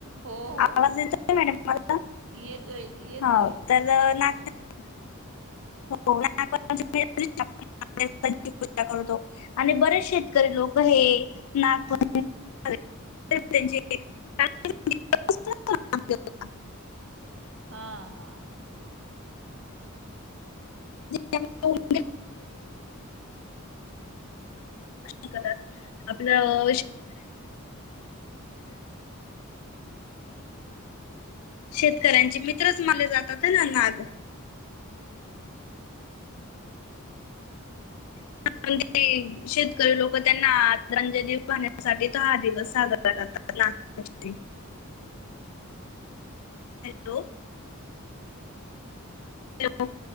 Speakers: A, on the right; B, on the left.
A: हो, हो!
B: आवाज येतोय मॅडम माझा
A: येतोय येतोय
B: हो
A: येतोय
B: तर नाग हो <unintelligible> ची पूजा करतो आणि बरेच शेतकरी लोक हे <unintelligible> <unintelligible>
A: हा, हा, हा!
B: रक्ष <unintelligible> <unintelligible> धन्यवाद <unintelligible> शेतकऱ्यांचे मित्रच मानले जातात हे ना नाग न शेतकरी लोक त्यांना आदरांजली वाहण्यासाठी तो हा दिवस साजरा कर तलाठी भरती <unintelligible> हॅलो! हो <unintelligible>